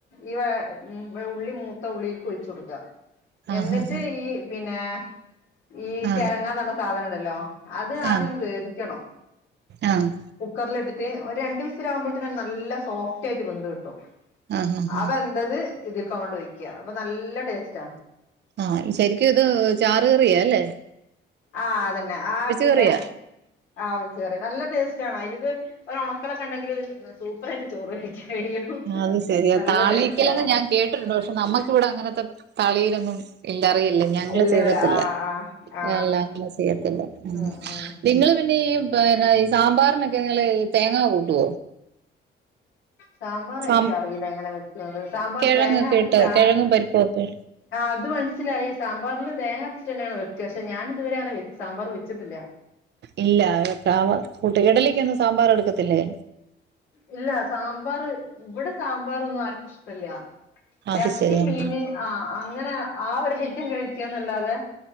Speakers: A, on the left; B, on the right.
A: ഈവ ഉള്ളി മൂത്ത ഉള്ളിക്ക് ഒഴിച്ചു കൊടുക്ക
B: ആഹ്
A: എന്നിട്ട്
B: ആഹ്
A: ഈ പിന്നെ ഈ
B: ആഹ്
A: ചെരങ്ങാന്ന് ർഞ സാധനണ്ടല്ലോ അത് ആദ്യോന്ന്
B: ആഹ്
A: വേവിക്കണം
B: ആഹ്
A: കുക്കറിലിട്ടിട്ട് ഒരണ്ട് വിസിലാകുമ്പോൾത്തിന് നല്ല സോഫ്റ്റായിട്ട് വെന്ത് കിട്ടും
B: ആഹ് ആഹ്
A: ആ വെന്തത് ഇതിൽക്കങ്ങോട്ട് ഒഴിക്ക അപ്പൊ നല്ല ടേസ്റ്റാ
B: ആ ശെരിക്ക്ത് ചാറ് കറിയാ ല്ലേ
A: ആ അതെന്നെ ആ പിന്നെ
B: കറിയാ
A: ആ ഒയ്ച്ചറി നല്ല ടേസ്റ്റാണ് അയ്ല്ക്ക് ഒരൊണക്കലൊക്കെണ്ടെങ്കില് സൂപ്പറായിട്ട് ചോറ് കഴിക്ക കഴിയും
B: അത് ശെരിയാ
A: നല്ല
B: താളിക്കലെന്ന്
A: ടേസ്റ്റാ
B: ഞാൻ കേട്ടിട്ടുണ്ട് പക്ഷെ നമ്മക്കിവിടെ അങ്ങൻത്തെ താളിലൊന്നും ഇല്ല അറിയില്ല ഞങ്ങള്
A: ഇല്ലല്ലേ
B: ചെയ്ത്ട്ടില്ല
A: ആഹ് ആഹ്
B: <unintelligible>
A: ആഹ്
B: ചെയ്യത്തില്ല
A: ഉം ഉം
B: നിങ്ങള് പിന്നെ ഈ ഈ സാമ്പാറിനൊക്കെ ങ്ങള് തേങ്ങ കൂട്ടോ
A: സാമ്പാറെനിക്കറിയില്ല
B: സാം
A: എങ്ങനെ വെക്കാന്ന് സാമ്പാറ്
B: കിഴങ്ങൊക്കെ
A: തേങ്ങ അരച്ചിട്ടാണ്
B: ഇട്ട് കിഴങ്ങും പരിപ്പും ഒക്കെ
A: ആ അത് മനസ്സിലായി സാമ്പാറില് തേങ്ങ അരച്ചിട്ടെന്നെണ് വെക്ക പക്ഷെ ഞാനിതുവരെ അങ്ങനെ സാമ്പാറ് വെച്ച്ട്ടില്ല
B: ഇല്ല <unintelligible> ഇഡലിക്കൊന്നും സാമ്പാറെടുക്കത്തില്ലേ
A: ഇല്ല സാമ്പാറ് ഇവിടെ സാമ്പാറൊന്നും ആര്ക്കും ഇഷ്ടല്ല
B: അത്
A: എർച്ചി
B: ശരി ആഹ്
A: മീന് ആ അങ്ങനെ ആ ഒരു ഐറ്റം കഴിക്യന്നല്ലാതെ